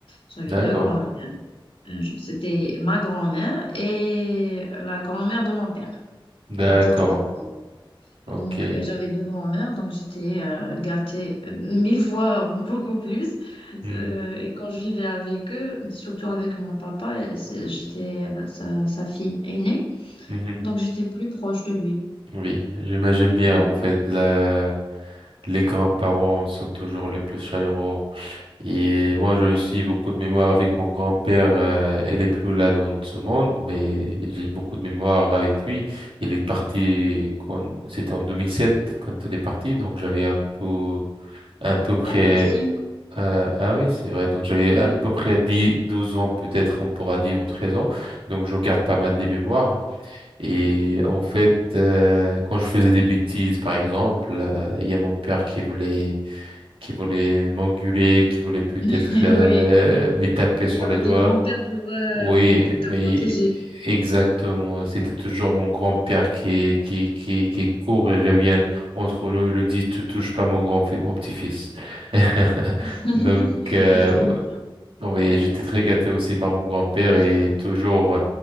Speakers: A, on the left (about 80°); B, on the right (about 85°).
A: J'avais
B: D'accord.
A: deux grands-mères. Euh, genre, C'était ma grand-mère et la grand-mère de mon père.
B: D'accord.
A: Il était toujours vide.
B: OK.
A: Donc, euh, j'avais deux grands-mères, donc j'étais euh, gâtée euh, mille fois <laughs> beaucoup plus.
B: Hmm.
A: Euh, et quand je vivais avec eux, surtout avec mon papa, euh, c'est- j'étais euh, sa, sa fille aînée,
B: Mhm.
A: donc j'étais plus proche de lui.
B: Oui, j'imagine
A: Et,
B: bien
A: euh,
B: en fait la... les grands-parents sont toujours les plus chaleureux. Et moi,
A: oui.
B: j'ai aussi beaucoup de mémoire avec mon grand-père. euh, il est plus là dans ce monde, mais j'ai beaucoup de mémoire avec lui. Il est parti quand c'était en 2007 quand il est parti, donc j'avais un peu, un peu près.
A: Et moi aussi,
B: euh, ah oui, c'est vrai. Donc j'avais
A: oui.
B: à peu près 10 12 ans peut-être, on pourra dire, ou 13 ans. Donc je garde pas mal des mémoires. Et
A: Oui.
B: en fait, euh, quand je faisais des bêtises, par exemple, euh, il y a mon père qui voulait qui voulait m'engueuler, qui voulait peut-être
A: <laughs>
B: euh,
A: Oui.
B: me taper sur
A: il y avait
B: les doigts.
A: des grands-pères pour, euh,
B: Oui,
A: pour
B: mais
A: te protéger.
B: exactement. C'était toujours mon grand-père qui, qui, qui, qui court et revient entre nous et lui dit, tu touches pas mon grand, mon petit-fils. <laughs>
A: <laughs>
B: Donc, euh,
A: Ça, c'est bien.
B: oui, j'étais très gâté aussi par mon grand-père et toujours, euh,